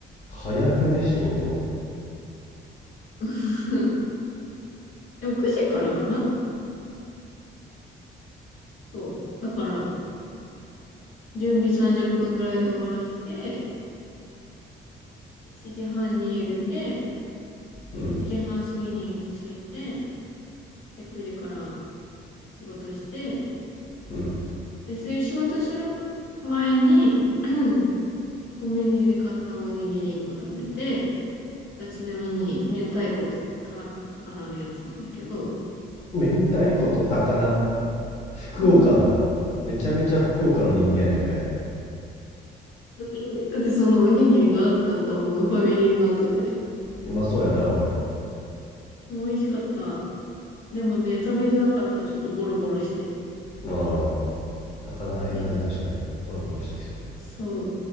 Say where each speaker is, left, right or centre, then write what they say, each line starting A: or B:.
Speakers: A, on the left; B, on the left.
A: 早くね、仕事。
B: えっと、<laughs> でも9時からかなそう。だから、準備30分ぐらいで終わらせて、7時半に入れて、
A: うん。
B: 8時半過ぎに着いて、で、9時から仕事して、
A: うん。
B: で、そういう仕事する前に、<clears throat> <laughs> コンビニで買ったおにぎり1個食べて、まあ、ちなみに、明太子と田魚のやつなんだけど、
A: 明太子と高菜福岡だ
B: <laughs>
A: めちゃめちゃ福岡の人間やないかい
B: だってそのおにぎりがあったんだもん、ファミリーマートで。
A: うまそうやなおい
B: 美味しかった。でもね、食べづらかった。ちょっとボロボロして。
A: ああ高菜らへんがね確かにポロポロしてきそう
B: うん。そう、